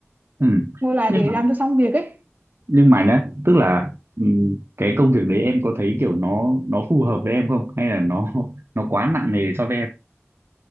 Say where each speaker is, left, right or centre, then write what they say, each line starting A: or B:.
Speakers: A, on the right; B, on the right.
A: Ừ.
B: ngồi lại
A: Nhưng
B: để
A: mà
B: làm cho xong việc ấy
A: nhưng mà nhá tức là ừm, cái công việc đấy em có thấy kiểu nó nó phù hợp với em không hay là nó nó quá nặng nề cho với em